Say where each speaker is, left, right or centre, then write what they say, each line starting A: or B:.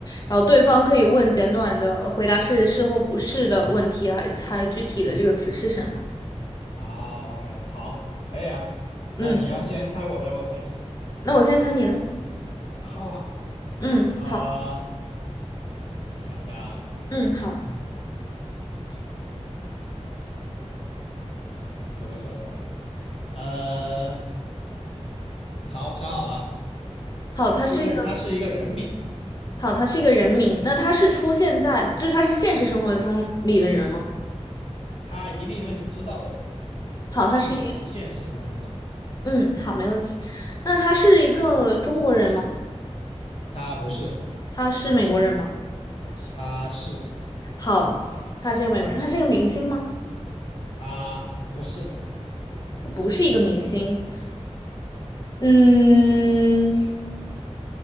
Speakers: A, on the left (about 35°); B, on the left (about 55°).
A: 然后对方可以问简短的回答是是或不是的问题来猜具体的这个词是什么。
B: 啊？OK，好，可以啊。
A: 嗯，
B: 那你要先猜我的，我猜你的
A: 那我先猜你的。
B: 好
A: 嗯，
B: 啊，
A: 好，
B: 我想一下啊，
A: 嗯，好，
B: 可可说不好意思。呃，好，想好了，
A: 好，它是一个。
B: 是一个，他是一个人名，
A: 好，他是一个人名，那他是出现在，就是他是现实生活中里的人吗？
B: 他一定是你知道的人，
A: 好，他是一个，
B: 并且是现实生活中的人。
A: 嗯，好，没问题。那他是一个中国人吗？
B: 他不是，
A: 他是美国人吗？他是，
B: 他是，
A: 好，他是一个美国人，他是一个明星吗？
B: 他不是，
A: 他不是一个明星。嗯，